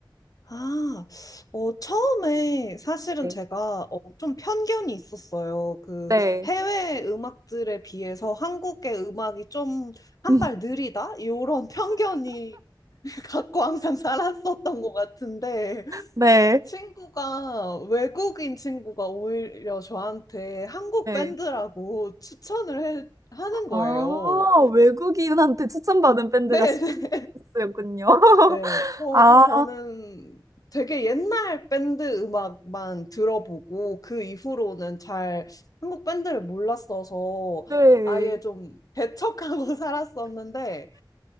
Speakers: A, on the left (about 45°); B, on the right (about 40°).
A: 아, 어, 처음에 사실은
B: 네.
A: 제가 어, 좀 편견이 있었어요. 그
B: 네.
A: 해외 음악들에 비해서 한국의 음악이 좀 한
B: <laughs>
A: 발 느리다? 이런 편견이 <laughs> 갖고 항상 살았었던 것 같은데
B: 네.
A: 친구가 외국인 친구가 오히려 저한테 한국
B: 네.
A: 밴드라고 추천을 해, 하는 거예요.
B: 아, 외국인한테 추천받은
A: <laughs>
B: 밴드가
A: 네,
B: CHS였군요. <laughs>
A: 네, 저,
B: 아,
A: 저는 되게 옛날 밴드 음악만 들어보고 그 이후로는 잘 한국 밴드를 몰랐어서
B: 네.
A: 아예 좀 배척하고 <laughs> 살았었는데,